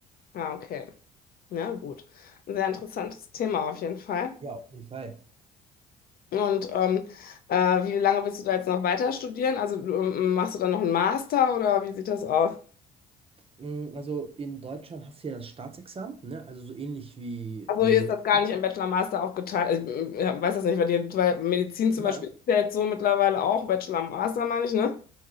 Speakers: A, on the left; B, on the right.
A: ah okay. Ja, gut. Ein sehr interessantes Thema auf jeden Fall.
B: Ja, auf jeden Fall.
A: Und ähm, äh, wie lange willst du da jetzt noch weiter studieren? Also, ähm, machst du dann noch einen Master oder wie sieht das aus?
B: Mm, Also in Deutschland hast du ja das Staatsexamen, ne? Also so ähnlich wie
A: Also
B: Medizin.
A: hier ist das gar nicht im Bachelor-Master aufgeteilt. Ich äh, ja, weiß das nicht, weil, die, weil Medizin zum
B: Ja,
A: Beispiel ist ja jetzt so mittlerweile auch Bachelor-Master, meine ich, ne?